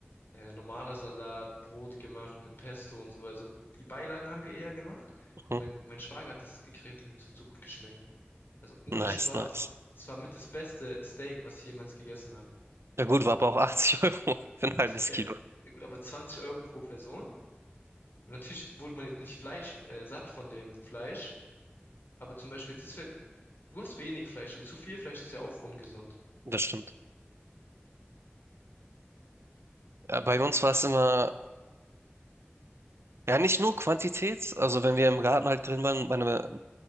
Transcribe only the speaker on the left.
äh, normaler Salat, Brot gemacht mit Pesto und so. Also die Beilagen haben wir eher gemacht.
Mein, mein Schwager hat das gegrillt, Junge, es hat so gut geschmeckt. Also ohne
Spaß.
Das war mit das beste Steak, was ich jemals gegessen habe.
Ja,
ja gut, aber 20 Euro pro Person. Und natürlich wurde man jetzt nicht Fleisch, äh, satt von dem Fleisch. Aber zum Beispiel, jetzt ist, wenn- du hast wenig Fleisch und zu viel Fleisch ist ja auch ungesund.